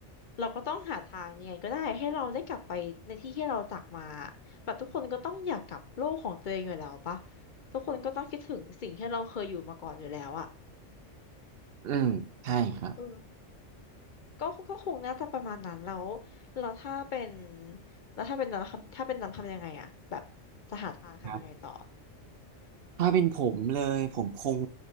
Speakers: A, on the left (about 50°); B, on the right (about 60°).
A: เราก็ต้องหาทางยังไงก็ได้ให้เราได้กลับไปในที่ที่เราจากมาแบบทุกคนก็ต้องอยากกลับโลกของตัวเองอยู่แล้วปะทุกคนก็ต้องคิดถึงสิ่งที่เราเคยอยู่มาก่อนอยู่แล้วอะ
B: อืมใช่ครั
A: เออ ก็ก็คงน่าจะประมาณนั้นแล้วแล้วถ้าเป็นแล้วถ้าเป็นน้ำทำถ้าเป็นน้ำทำยังไงอะแบบจะหาทางทำยังไงต่อ
B: บ ถ้าเป็นผมเลยผมคง